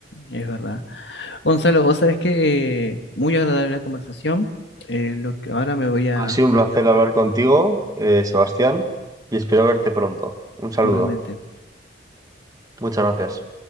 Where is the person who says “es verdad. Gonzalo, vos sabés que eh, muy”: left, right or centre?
Left